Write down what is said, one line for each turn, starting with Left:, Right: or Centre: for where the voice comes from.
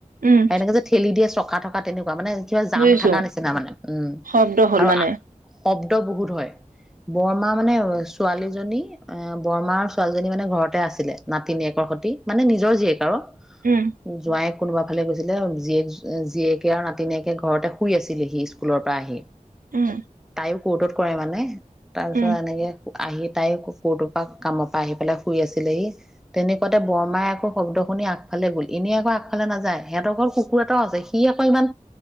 Right: উম,
Centre: এনেকে যে ঠেলি দিয়ে চকা থকা বা তেনে মই মানে কিবা জাম
Right: বুজিছো
Centre: থকা নিচিনা মানে উম
Right: শব্দ হ'ল
Centre: 'আৰু
Right: মানে
Centre: শব্দ বহুত হয়। বৰমা মানে ছোৱালীজনী, অ বৰমা ছোৱালীজনী মানে ঘৰতে আছিলে নাতিনীয়েকৰ সতি মানে নিজৰ জীয়েক আৰু
Right: উম,
Centre: যোৱাই কোনোবা ফালে গৈছিলে জীয়েক জীয়েকে আৰু নাতিনীয়েকে ঘৰতে শুই আছিলহি স্কুলৰ পৰা আহি।
Right: উম
Centre: তাইও ক'ৰ্টত কৰে মানে তাৰপিছত
Right: উম,
Centre: এনেকে আহি তাই কুকুৰ দুপাক কামৰ পৰা আহি পেলাই শুই আছিলেহি তেনেকুৱাতে বৰমাই আকৌ শব্দ শুনি আগফালে গ'ল এনেই আক আগফালে নাযায় সিহতৰ ঘৰ কুকুৰ এটাও আছে সি আকৌ ইমান